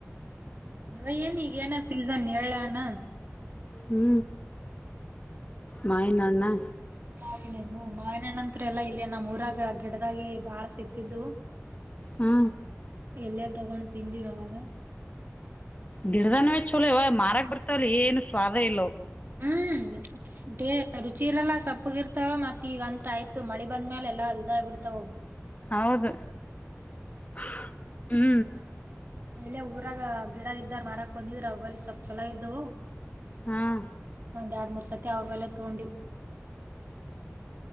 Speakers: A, on the right; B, on the left.
A: ಇವ ಏನ ಈಗ ಏನ ಸೀಸನ್ ಹೇಳಲ್ಲ ಅಣ್ಣ.
B: ಹು ಮಾವಿನಹಣ್ಣ.
A: ಮಾವಿನಹಣ್ಣ ಅಂತರೂ ಇಲ್ಲೇ ನಮ್ಮ ಊರಾಗ ಗಿಡದಾಗೆ ಬಾಳ ಸಿಗ್ತಿದ್ದು. <inaudible>
B: ಹಾ
A: ಇಲ್ಲೇ ತಗೊಂಡು ತಿಂದಿವ ಅವನು,
B: ಗಿಡದಾನೋ ಚೋಲೋ ಯವ್ವ ಮಾರಕ್ಕ ಬರ್ತರಿ ಏನು ಸ್ವಾದ ಇಲ್ಲ ಅವ
A: ಹು <inaudible> ಏ ತ ರುಚಿರಲ್ಲಾ ಸಪ್ಪಗ ಇರ್ತವ ಮತ್ತ ಈಗ ಅಂತ್ ಆಯ್ತು ಮಳಿ ಬಂದ್ಮೇಲೆ ಎಲ್ಲಾ ಇದಗ ಬಿಡ್ತಾವ ಅವ,
B: ಹೌದ ಹೂ <inaudible>
A: ಇಲ್ಲೇ ಊರಾಗ ಗಿಡ ಇದ್ದರಾ ಮಾರಕ ಬಂದಿದ್ರ ಅವಲ್ಲಿ ಸ್ವಲ್ಪ ಚಲೋ ಇದ್ದವು.
B: ಹಾಂ
A: ಒಂದ ಎರಡ ಮೂರ ಸತಿ ಅವರ ಬಲಿ ತಗೊಂಡಿ.